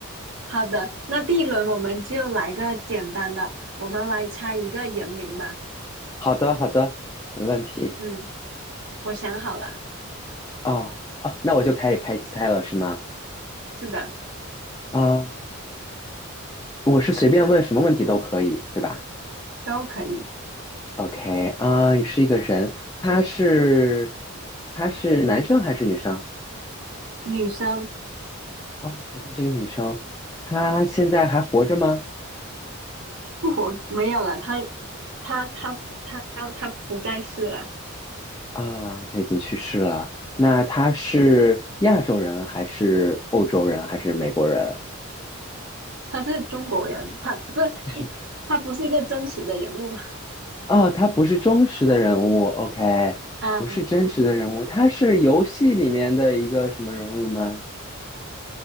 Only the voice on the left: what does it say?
好的，好的，没问题。
哦，哦，那我就开始开始猜了，是吗？
啊，我是随便问什么问题都可以，对吧
？OK，啊，你是一个人，他是他是男生还是女生？
哦，他是一个女生，她现在还活着吗？
啊，他已经去世了。那他是亚洲人还是欧洲人还是美国人？
他是
啊，他不是忠实的人物，OK，
不是真实的人物，
他是游戏里面的一个什么人物吗？